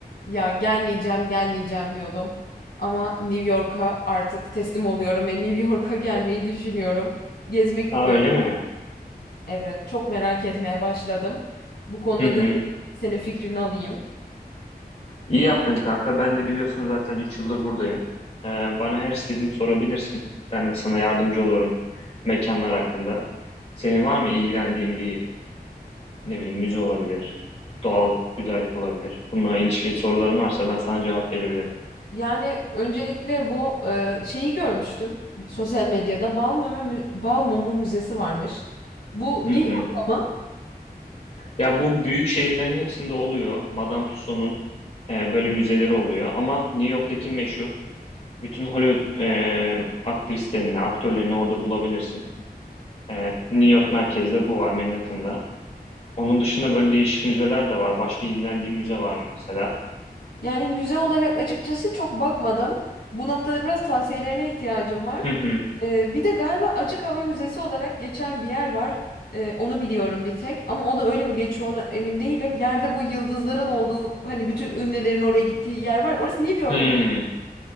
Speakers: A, on the left; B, on the left.
A: Ya gelmeyeceğim, gelmeyeceğim diyordum. Ama New York'a artık teslim oluyorum ve New York'a gelmeyi düşünüyorum. Gezmek
B: Aa
A: istiyorum.
B: öyle mi?
A: Evet, çok merak etmeye başladım. Bu konuda
B: Hı hı.
A: da senin fikrini alayım.
B: İyi yaptın kanka. Ben de biliyorsun zaten 3 yıldır buradayım. Ee, bana her istediğini sorabilirsin. Ben de sana yardımcı olurum mekanlar hakkında. Senin var mı ilgilendiğin bir ne bileyim müze olabilir, doğal güzellik olabilir. Bununla ilişkili sorularım varsa ben sana cevap verebilirim.
A: Yani öncelikle bu e, şeyi görmüştüm. Sosyal medyada Bal Mumu, Mü- Bal Mumu Müzesi varmış. Bu New
B: Hı hı.
A: York'ta mı?
B: Ya bu büyük şehirlerin hepsinde oluyor. Madame Tussauds'un e, böyle müzeleri oluyor. Ama New York'taki meşhur bütün Hollywood e, aktrislerini, aktörlerini orada bulabilirsin. Evet, New York merkezde bu var Manhattan'da. Onun dışında böyle değişik müzeler de var. Başka ilgilendiğin müze var mı mesela?
A: Yani müze olarak açıkçası çok bakmadım. Bu noktada biraz tavsiyelerine ihtiyacım var.
B: Hı hı.
A: Ee, bir de galiba açık hava müzesi olarak geçen bir yer var. Ee, onu biliyorum bir tek. Ama o da öyle mi geçiyor ona emin değilim. Yerde bu yıldızların olduğu hani bütün ünlülerin oraya gittiği yer var. Orası New York
B: Hmm.
A: mu?